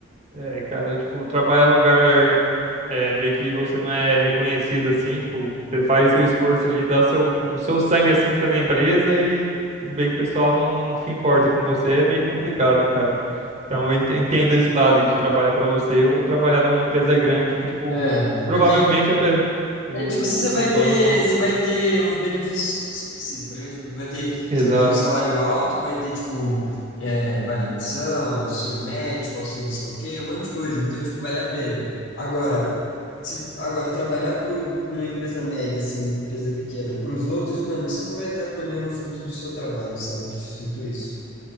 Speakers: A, on the right (about 35°); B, on the left (about 85°).
A: É, cara, tipo, trabalhar num lugar é, meio que você não é reconhecido assim, tipo, você faz seu esforço ali, dá seu, tipo, seu sangue assim pela empresa e tipo, bem que o pessoal não se importa com você, é meio complicado, né, cara? Então eu enten- entendo esse lado aí de trabalhar pra você ou trabalhar numa empresa grande que, tipo,
B: É,
A: provavelmente
B: porque,
A: a pe- o,
B: é, tipo, assim, você vai
A: os
B: ter,
A: donos vão.
B: você vai ter os benefícios que você precisa, tá ligado? Tipo, Vai ter,
A: Exato.
B: você vai ter um salário alto, vai ter, tipo, é, vale menção, auxílio médico, auxílio sei lá o quê, um monte de coisa. Então, tipo, vale a pena. Agora, Se, agora, trabalhar para uma empresa média, assim, empresa pequena, para os outros, mano, você não vai estar colhendo o fruto do seu trabalho, sabe? Sinto isso.